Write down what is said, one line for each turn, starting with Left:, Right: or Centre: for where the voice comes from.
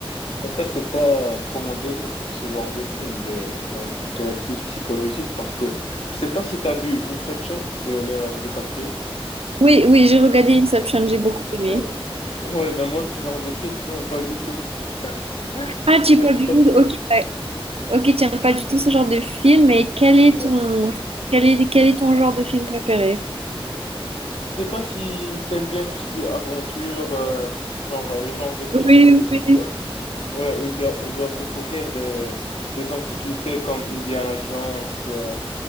Left: En fait, c'est pas trop mon délire, ce ce genre de film, de, genre, je dirais plus psychologique, parce que je sais pas si t'as vu Inception de Leonardo DiCaprio.
Right: Oui, oui, j'ai regardé Inception,
Left: Ouais.
Right: j'ai beaucoup aimé.
Left: Ouais. Ouais, ben moi, ce genre de film, <laughs> je l'aime pas du tout. <laughs>
Right: Ah, tu
Left: Moi,
Right: pas
Left: c'est
Right: du
Left: pas...
Right: tout,
Left: t-
Right: ok, ok, tu n'aimes pas du tout ce genre de film, mais quel est
Left: Non.
Right: ton, quel est, quel est ton genre de film préféré?
Left: Je sais pas si t'aimes bien tout ce qui est aventure, euh, genre euh, le genre de film
Right: Oui,
Left: où ils
Right: oui,
Left: doivent, ouais, où ils do- ils doivent découvrir des, des antiquités comme Indiana Jones, euh,